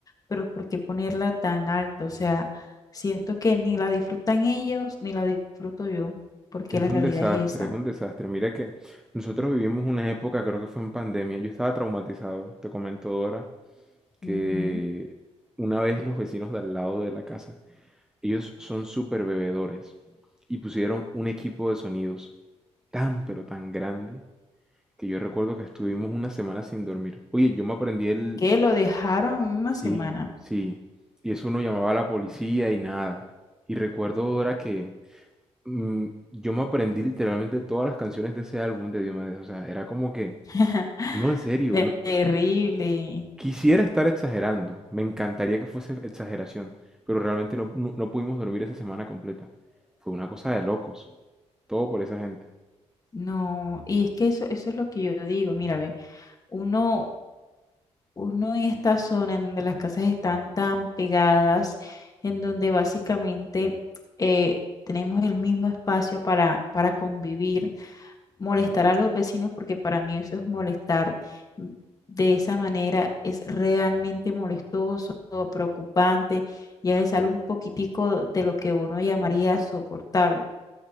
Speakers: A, on the left; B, in the centre.
A: pero ¿por qué ponerla tan alto? O sea, siento que ni la disfrutan ellos ni la disfruto yo, porque
B: Es
A: la realidad
B: un desastre,
A: es esa.
B: es un desastre. Mira que nosotros vivimos una época, creo que fue en pandemia. Yo estaba traumatizado, te comento, Dora, que
A: Ujú.
B: una vez los vecinos de al lado de la casa, ellos son súper bebedores y pusieron un equipo de sonidos tan, pero tan grande que yo recuerdo que estuvimos una semana sin dormir. Oye, yo me aprendí el...
A: que lo dejaron una
B: Sí,
A: semana.
B: sí. Y eso uno llamaba a la policía y nada. Y recuerdo ahora que mm, yo me aprendí literalmente todas las canciones de ese álbum de Diomedes. O sea, era como que,
A: <laughs>
B: no, en serio, no-
A: Terrible.
B: quisiera estar exagerando. Me encantaría que fuese exageración. Pero realmente no, no no pudimos dormir esa semana completa. Fue una cosa de locos. Todo por esa gente.
A: No, y es que eso, eso es lo que yo digo. Mira, ve, uno, uno en esta zona en donde las casas están tan pegadas, en donde básicamente eh, tenemos el mismo espacio para, para convivir molestar a los vecinos, porque para mí eso es molestar mm, de esa manera, es realmente molestoso, preocupante, ya le sale un poquitico de lo que uno llamaría soportable,